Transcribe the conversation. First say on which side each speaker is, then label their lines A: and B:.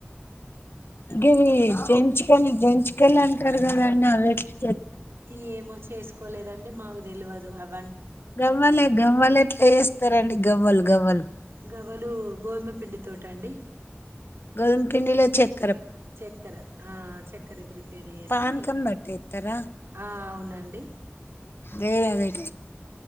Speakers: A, on the left; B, on the right.
A: ఇవి జంచుకని జంచికలు అంటారు కదా అండీ అద
B: ఈ ఏమో చేసుకో కోలేదండి మాకు తెలువదు అవ
A: గవ్వలు గవ్వలు ఎట్లా వేస్తారండి గవ్వలు గవ్వలు
B: గవ్వలు గోధుమ పిండి తోట అండి
A: గోధుమ పిండిలో చెక్
B: చక్కెర ఆ చక్ కలిపిరిపి ప్రిపేర్ చేసి
A: పానకం పట్టేస్తారా
B: అవునండి అండి
A: వేర అదై